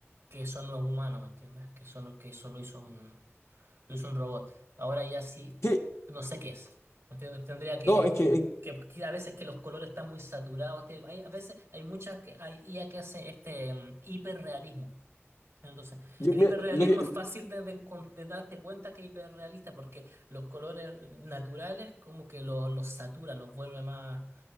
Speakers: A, on the right; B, on the left.
A: que eso no es humano, ¿me entiendes? Que eso, no- que eso lo hizo un... lo hizo un Robot. Ahora ya sí,
B: Sí,
A: no sé qué es. ¿me ¿Entiendes? Tendría que,
B: no, es que eh,
A: que, que a veces que los colores están muy saturados. tiene- Hay, a veces hay muchas que hay I a que hace este mm, hiperrealismo. Entonces,
B: yo,
A: el
B: mira,
A: hiperrealismo
B: lo que
A: es fácil de, de encon- de darte cuenta que es hiperrealista porque los colores naturales como que lo- los satura, los vuelve más,